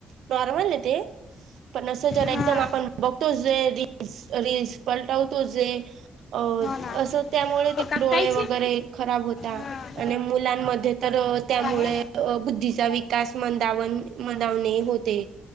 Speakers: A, on the right; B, on the left.
A: नॉर्मल ते पण अस जर एकदम
B: हां
A: आपण बघतो जे दि अस रिळस पलटवतो जे अअ
B: हो ना
A: असं त्यामुळे
B: हो का
A: डोळे
B: कायची
A: वगैरे खराब होत.
B: हां
A: आणि मुलांमध्ये तर त्यामुळे
B: हे?
A: बुद्धीचा विका असमन <unintelligible> मवणे होते